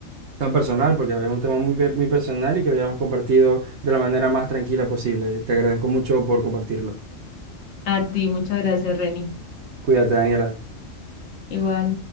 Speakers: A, on the right; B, on the left.
A: tan personal, porque es un tema muy, pe- muy personal y que lo hayamos compartido de la manera más tranquila posible. Te agradezco mucho por compartirlo.
B: A ti, muchas gracias, Reni.
A: Cuídate, Daniela.
B: Igual.